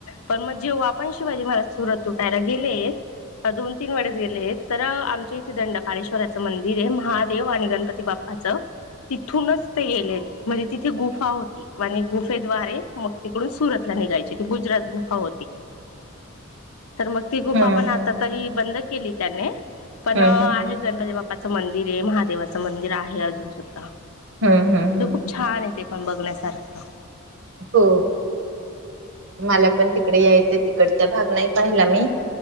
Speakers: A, on the left; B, on the right.
A: पण मग जेव्हा पण शिवाजी महाराज सुरत.. तू पॅरा गेले.. दोन तीन वेळेस गेले आहेत तर आमच्या इथे दंडपारेश्वराचं मंदिर आहे महा.. देव आणि गणपती बाप्पाचं.. तिथूनच ते येलेत म्हणजे तिथे गुफा होती आणि गुफेद्वारे मग तिकडून सुरत ला.. ाय गुजरात गुफा होती. तर मग ती गुफा
B: हं,
A: पण आता तरी बंद केली त्याने पण
B: हं,
A: आहे गणपती बा्पाचं मंदिर.. मंदिर हे महादेवाचं मंदिर आहे अजून सुद्धा
B: हं, हं, हं.
A: ज खूप छान आहे ते. पण बघण्यासारखं.
B: हो मला पण तिकडे यायचं.. तिकडचा भाग नाही पाहिला मी.